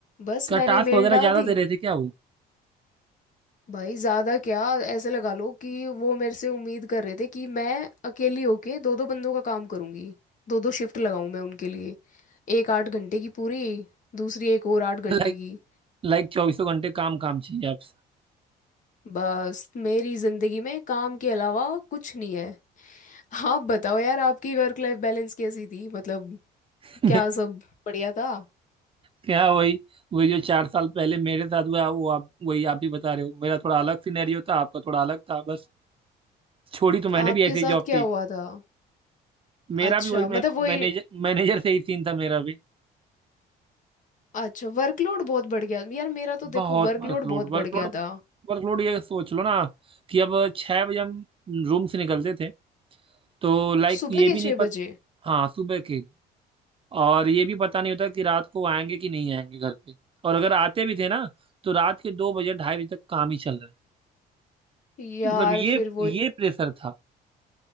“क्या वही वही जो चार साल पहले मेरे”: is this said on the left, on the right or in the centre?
Right